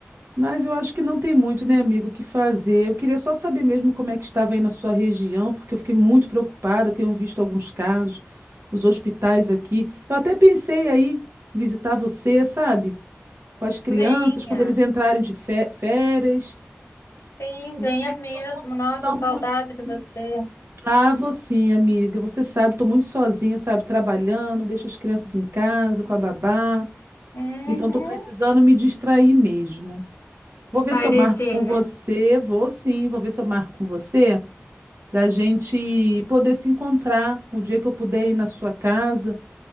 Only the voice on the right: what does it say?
Mas eu acho que não tem muito, né, amigo, o que fazer. Eu queria só saber mesmo como é que estava aí na sua região, porque eu fiquei muito preocupada, tenho visto alguns casos, os hospitais aqui. Eu até pensei aí visitar você, sabe? Com as crianças,
quando eles entrarem de fé- férias.
Vou
ver
se eu consigo
dar
um pulinho. assim.
Ah, vou sim, amiga. Você sabe, estou muito sozinha, sabe? Trabalhando, deixo as crianças em casa com a babá.
Então, estou precisando me distrair mesmo. Vou ver
se eu marco com
você. Vou sim, vou ver se eu marco com você. Da gente poder se encontrar o dia que eu puder ir na sua casa.